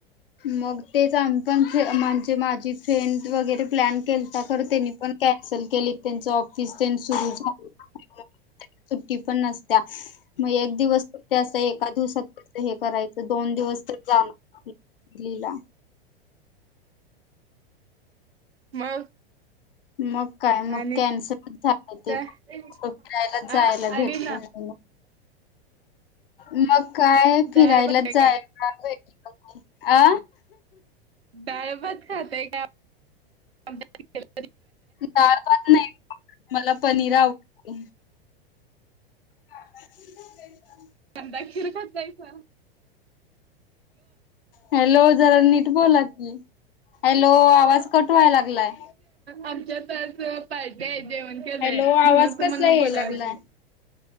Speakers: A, on the left; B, on the right.
A: मग ते सांकांचे म्हणजे माझ ती सेंट वगैरे प्लॅन केलता खर त्यानी पण काय चल केली त्यांचं किसचेन सुरु <unintelligible> तीपन नसत्या मग एक दिवस तर ते असं एका दिवसात त हे करायचं दोन दिवस तर जाण <inaudible>
B: मग
A: मग काय मग
B: आणि
A: कॅन्सल झालं ते
B: काय
A: फिरायला जायला
B: आ
A: भेटल
B: ऐक ना
A: नाही, मग काय फिरायला
B: डाळ भात खाताय
A: जयला
B: काय?
A: भेट आ
B: डाळभात खातय का? <unintelligible>
A: डाळभात नाही मला पनीर आवडत. <inaudible>
B: कंदा हिर पण <unintelligible>
A: हॅलो जरा नीट बोला की, हॅलो आवाज कट व्हाय लागलायं
B: आमच्यातच <unintelligible> पाहिजेहेत जेवण केलंय
A: हॅलो आवाज
B: म्हणून तूमना
A: कसला याय
B: बोलावालते
A: लागलाय.